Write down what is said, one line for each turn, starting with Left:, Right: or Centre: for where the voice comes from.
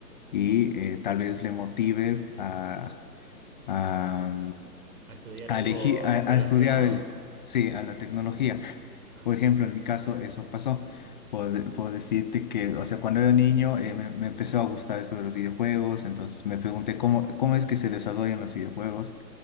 Left: y eh, tal vez le motive a... a
Right: A estudiar
Left: a,
Right: algo
Left: elegi- a-
Right: relacionado.
Left: a estudiar el- sí, a la tecnología.
Right: Ah,
Left: Por ejemplo, en mi caso eso pasó. Por, por decirte que, o sea, cuando era niño eh, me, me empezó a gustar eso de los videojuegos, entonces me pregunté cómo, cómo es que se desarrollan los videojuegos.